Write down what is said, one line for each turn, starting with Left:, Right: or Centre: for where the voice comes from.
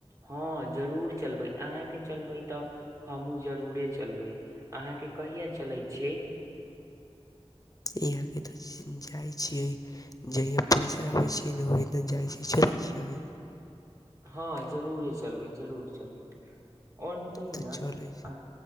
Right: हँ जरूर। चलबै अहाँके चलबै तऽ हमहूँ जरूरे चलबै अहाँके कहिय चलै छियै। <unintelligible>
Left: इह क तऽ जाइ छियै जहिा पैसा अबै छैियै ने ओहिी दना जाइ छिय चलै छियै।
Right: हँ जरूर ह चलबै -जरूर चलबै। आओर बतइए
Left: तऽ
Right: न
Left: चलै
Right: अ